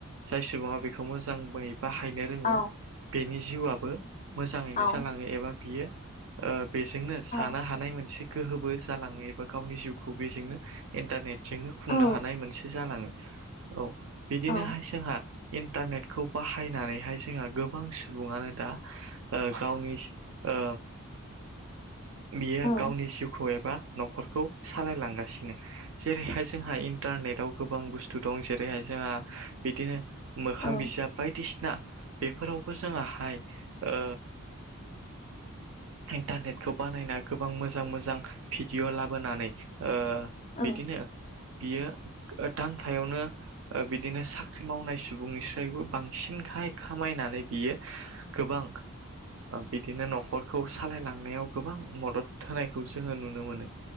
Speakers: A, on the right; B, on the left.
A: जाय सुबुङा बेखौ मोजां बै बाहायनो रोङो
B: औ
A: बेनि जिउआआबो मोजाङैनो
B: औ
A: जालाङो एबा बियो ओ बेजोंनो जानो
B: औ
A: हानाय मोनसे गोहोबो जालाङो एबा गावनि जिउखौ बेजोंनो इन्टारनेट जोंनो खुंनो
B: औ
A: हानाय मोनसे जालाङो औ बिदिनोहाय
B: औ
A: जोंहा इन्टारनेटखौ बाहायनानैहाय जोंहा गोबां सुबुङानो दा गावनि ओ बियो
B: औ
A: गावनि जिउखौ एबा नखरखौ सालायलांगासिनो जेरैहाय जोंहा इन्टारनेटाव गोबां बुस्थु दं जेरैहाय जोंहा बिदिनो मोखां
B: औ
A: बिजाब बायदिसिना ना बेफोरावबो जोंङोहाय ओ इन्टारनेट खौ बानायना गोबां मोजां मोजां भिडिअ' लाबोनानै ओ
B: औ
A: बिदिनो
B: औ
A: बियो दानफायावनो बिदिनो साख्रि मावनाय सुबुंनिस्रायबो बांसिन खा खामायनानै बियो गोबां बिदिनो न'खरखौ सालायलांनायाव गोबां मदद होनायखौ जोङो नुनो मोनो